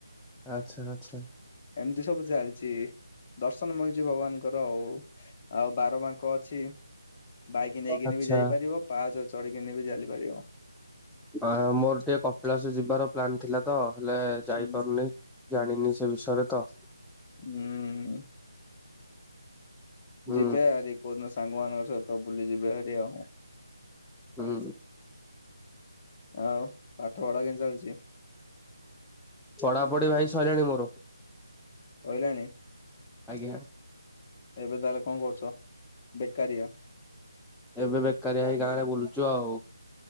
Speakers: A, in the centre; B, on the left.
A: ଆଚ୍ଛା ଆଚ୍ଛା।
B: ଏମିତି ସବୁ ଚାଲିଛି ଦର୍ଶନ ମିଳୁଛି ଭଗବାନଙ୍କର ଆଉ। ଆଉ ବାରବାଙ୍କ କ ଅଛି ବାଇକ ନେଇକିନି
A: ଆଚ୍ଛା
B: ବି ଯାଇପାରିବ। ପାହାଚ ଚଢ଼ିକିନି ବି ଚାଲିପାରିବ।
A: ଆ ମୋର ଟିକେ କପିଳାସ ଯିବାର ପ୍ଲାନ ଥିଲା ତ। ହେଲେ ଯାଇପାରୁନି
B: ହୁଁ
A: ଜାଣିନି ସେ ବିଷୟରେ ତ।
B: ହୁଁ।
A: ହୁଁ
B: ଯିବେ ହାରି କୋଉଦିନ ସାଙ୍ଗ ମାନଙ୍କ ସହିତ ବୁଲିଯିବେ ହାରି ଆଉ।
A: ହୁଁ।
B: ଆଉ ପାଠ ପଢା କେମିତି ଚାଲିଛି?
A: ପଢାପଢି ଭାଇ ସରିଲାଣି ମୋର।
B: ସଇଲାଣି?
A: ଆଜ୍ଞା।
B: ଏବେ ତାହେଲେ କଣ କରୁଛ? ବେକାରିଆ।
A: ଏବେ ବେକାରିଆ ହେଇ ଗାଁରେ ବୁଲୁଛୁ ଆଉ।